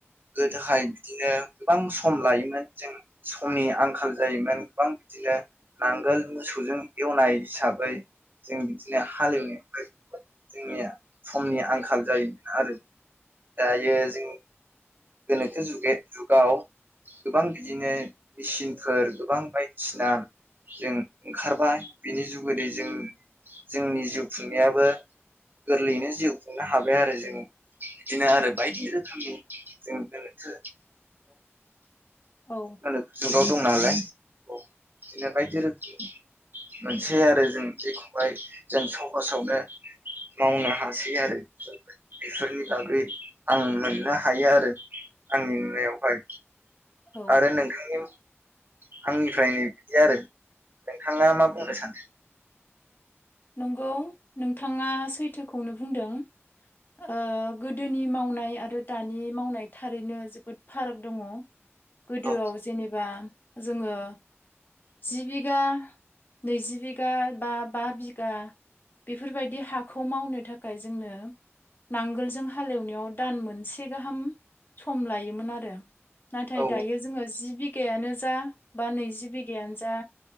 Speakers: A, on the right; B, on the left.
A: गोदोहाय बिदिनो गोबां सम लायोमोन जों समनि आंखाल जायोमोन गोबां बिदिनो नांगोल मोसौजों एवनाय हिसाबै जों बिदिनो हालेवनो <unintelligible> जोंनिया समनि आंखाल जामोन आरो दायो जों गोनोखो जुगे जुगाव गोबां बिदिनो मेचिनफोर गोबां बायदिसिना जों ओंखारबाय बिनि जुगदै जों जोंनि जिउ खुंनायाबो गोरलैयैनो जिउ खुंनो हाबाय आरो जों बिदिनो आरो बायदि रोखोमनि जों गोनोखो
B: औ
A: जुगाव गोनोखो जुगाव दं नालाय औ बिदिनो बायदि रोखोम मोनसेै आरो जों जेखौहाय जों सहजावनो मावनो हासै आरो बेफोरनि बागै आं मोननो हायो आरो। आंनि नुनायाव हाय
B: औ
A: आरो नोंथांनि आंनिफ्रायनो बिदि आरो नोंथाङा मा बुंनो सानो?
B: नंगौ नोंथाङा सैथोखौनो बुंदों। ओ गोदोनि मावनाय आरो दानि मावनाय थारैनो जोबोद फाराग दङ। गोदोआव
A: औ
B: जेनेबा जोङो जि बिगा नैजि बिगा बा बा बिगा गा बेफोर बायदि हाखौ मावनो थाखाय जोंनो नांगोलजों हालेवनायाव दान मोनसे गाहाम सम लायोमोन आरो। नाथाय
A: औ
B: दायो जोङो जि बि गायानो जा बा नैजि बिगायानो जा